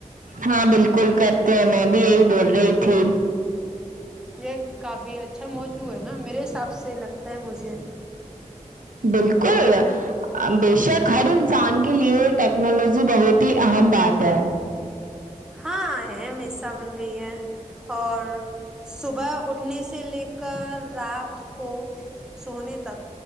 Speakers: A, on the right (about 85°); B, in the centre.
A: ہاں بالکل کرتے ہیں میں بھی یہی بول رہی تھی
B: یہ کافی اچھا موجوع ہے نا میرے حساب سے لگتا ہے مجھے
A: بالکل بے شک ہر انسان کے لیے ٹیکنالوجی بہت ہی اہم بات ہے
B: ہاں اہم حصہ بن گئی ہے اور صبح اٹھنے سے لے کر رات کو سونے تک